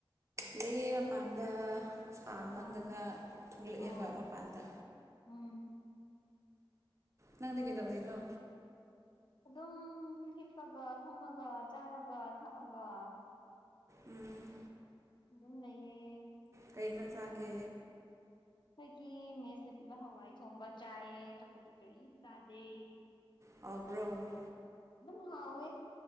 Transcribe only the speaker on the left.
ꯑꯣ
ꯑꯣ
ꯎꯝ
ꯑꯗꯨꯝ ꯍꯤꯞꯄꯒ ꯐꯝꯃꯒ ꯆꯥꯔꯒ ꯊꯛꯑꯒ
ꯑꯗꯨꯝ ꯂꯩꯌꯦ
ꯑꯩꯈꯣꯏꯒꯤ ꯃꯦꯁꯇ ꯄꯤꯕ ꯍꯋꯥꯏ ꯊꯣꯡꯕ ꯆꯥꯏꯌꯦ ꯑꯇꯣꯞꯄꯗꯤ ꯀꯔꯤꯝ ꯆꯥꯗꯦ
ꯑꯗꯨꯝ ꯍꯥꯋꯦ